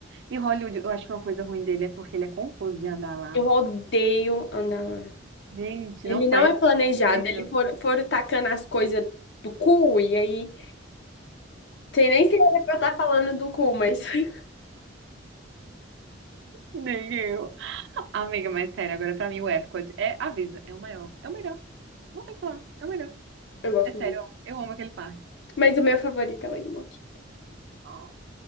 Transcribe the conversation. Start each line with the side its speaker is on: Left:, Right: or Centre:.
Right: E Hollywood, eu acho que uma coisa ruim dele é porque ele é confuso de andar lá.
Left: Eu odeio andar lá.
Right: Gente,
Left: Ele
Right: não faz
Left: não é
Right: sentido.
Left: planejado, ele for, foram tacando as coisas do cu, e aí, sei nem se era pra eu estar falando do cu, mas. <laughs>
Right: Nem eu. Amiga, mas sério, agora pra mim o Epcot é, avisa, é o maior, é o melhor. Não tem o que falar, é o melhor.
Left: Eu gosto
Right: É sério,
Left: muito.
Right: ó, eu amo aquele parque.
Left: Mas o meu favorito é o Animoca.
Right: Ó,